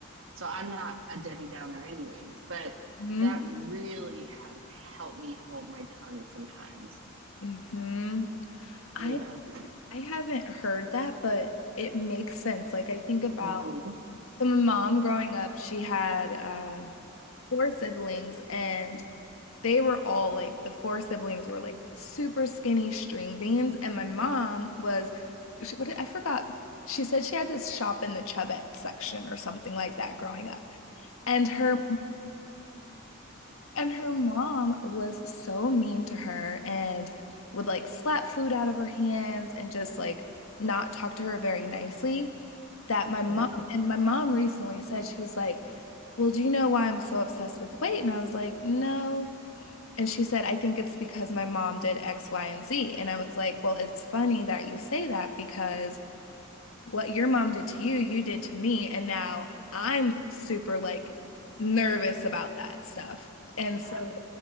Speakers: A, on the right (about 65°); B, on the left (about 80°).
A: So I'm not a Debbie Downer, anyways, but
B: mm-hmm,
A: that really has helped me hold my tongue sometimes,
B: mm-hmm. I
A: you know.
B: I haven't heard that, but it makes sense. Like I think about
A: Mm-hmm.
B: so my mom growing up, she had uh four siblings and they were all like the four siblings were like super skinny string beans, and my mom was she, what did, I forgot. She said she had to shop in the Chubette section or something like that growing up. And her and her mom was so mean to her and would like slap food out of her hands and just like not talk to her very nicely that my mom
A: Oh,
B: and my mom recently said she was like, "Well, do you know why I'm so obsessed with weight?" And I was like, "No." And she said, I think it's because my mom did X, Y, and Z. And I was like, well, it's funny that you say that because what your mom did to you, you did to me. And now I'm super like nervous about that stuff. And
A: yeah.
B: so